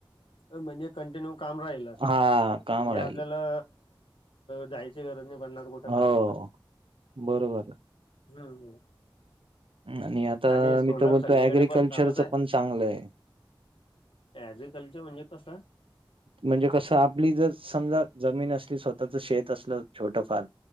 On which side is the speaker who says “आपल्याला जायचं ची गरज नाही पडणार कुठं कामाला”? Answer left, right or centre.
Left